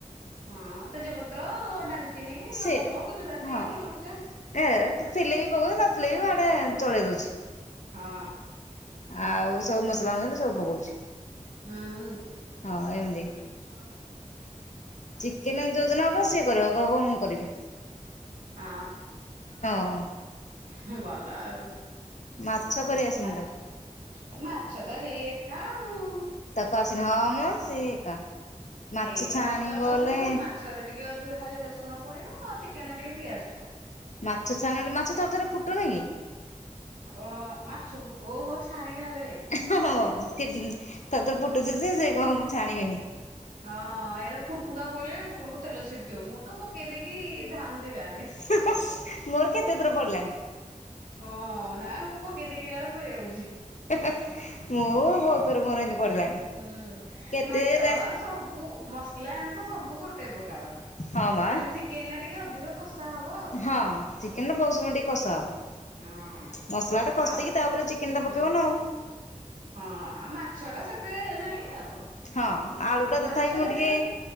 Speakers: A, on the right; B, on the left.
A: ହଁ ତେଜପତ୍ର, ଡାଲଚିନି,
B: ସେଇଟା।
A: ଲବଙ୍ଗ, ଗୁଜୁରାତି,
B: ହଁ
A: ଗୋଲମରିଚ
B: ଏ ତ ଥିଲେ ବି ପକଉଚି, ନଥିଲେ ବି ବାଡେ ଚଳେଇ ଦଉଛି।
A: ହଁ।
B: ଆଉ ସବୁ ମସଲା ମସଲି ସବୁ ପକଉଚି।
A: ହୁଁ।
B: ହଁ, ଏମତି।
A: ଆଉ
B: ଚିକେନେ ଯୋଉଦିନ ହବ, ସିଏ କରିବ କହିବ ବୋଉ ମୁଁ କରିବି।
A: ହଁ।
B: ହଉ।
A: ହୁଁ, ଭଲ ଆଉ।
B: ମାଛ କରି ଆସିନି
A: ମାରଚୁ,
B: ତାକୁ।
A: ମାର୍। ଛଦ ହେଇ ଏକା ଆଉ।
B: ତାକୁ ଆସେନି। ହଁ ମ, ସେଇ ଏକା। ମାଛ
A: ହେଇ ତ
B: ଛାଣିବ
A: ମସଲା
B: ବଲେ
A: କଷେ ଆଉ ମାଛରେ ଟିକେ ଅଧିକ ଖାଲି ରସୁଣ ପଡିବ, ଆଉ ଚିକେନରେ ଟିକେ ପିଆଜଟା।
B: ମାଛ ଛାଣିବେ, ମାଛ ଥର ଥରେ ଫୁଟୁନି କି?
A: ଅ ମାଛ ଫୁଟ ଓହୋ, ଛାଣିିଲବେଳେ।
B: ହଁ ହଁ, ସେ ତାଧୁରୁ ଫୁଟୁଚି ସେ, ସେ କହିବ ମୁଁ ଛାଣିବିନି।
A: ହଁ, ଏଇରା ଫୁଟୁକା ପଇଲେ ଉପରକୁ ତେଲ ଛିଟକିବ, ମୁଁ ତ ପକେଇ ଦେଇକି ଧାଉଛି ଗାଁରେ।
B: ହୁଁ ହଁ। ମୋର କେତେ ଥର ପଡିଲାଣି।
A: ହଁ, ନାଇଁ ମୁଁ ପକେଇ ଦେଇକି ଇଆଳେ ପଳେଇ ଆଉଛି।
B: ହେ ହେ। ମୁଁ ବହୁତ ଥର ମୋର ଏମିତି ପଡିଲାଣି।
A: ହୁଁ।
B: କେତେ
A: ମାଛ
B: ଯାଏ
A: ସବୁ, ମସଲା ଜିନିଷ ସବୁ ଗୋଟେ ପ୍ରକାର।
B: ହଁ ବା,
A: ଖାଲି ଚିକେନ ଟା ଟିକେ ଅଧିକ କଷା ହବ ଆଉ
B: ହଁ ଚିକେନ ବହୁତ୍ ସମୟ ଟିକେ କଷା ହବ।
A: ହଁ।
B: ମସଲା ଟେ କଷିକି
A: ଆଉ
B: ତାପରେ ଚିକେନ ଟା
A: ହୁଁ
B: ପକେଇବ ନା ଆଉ।
A: ହଁ ଆଉ ମାଛ ଟା ସେତେ ନାଇଁ ଆଉ।
B: ହଁ ଆଳୁଟା
A: ମାଛ
B: ତଥାପି ମୁଁ
A: ଟା
B: ଟିକେ
A: କିନ୍ତୁ